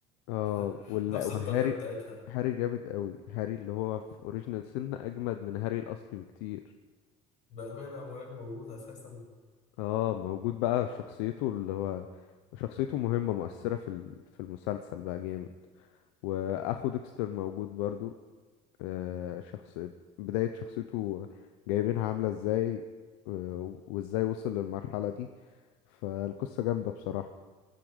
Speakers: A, on the left (about 85°); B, on the left (about 55°).
A: اه
B: <laughs>
A: ولا
B: نفس
A: وهاري
B: الطريقة بتاعتها
A: هاري جامد أوي هاري اللي هو في أوريجينال سن أجمد من هاري الأصلي بكتير
B: بأمانة هو عيال موجود أساسا
A: اه موجود بقى شخصيته اللي هو شخصيته مهمة مؤثرة في ال- في المسلسل بقى جامد وأخو ديكستر موجود برضو آه، شخص بداية شخصيته جايبينها عاملة ازاي آه، وازاي وصل للمرحلة دي فالقصة جامدة بصراحة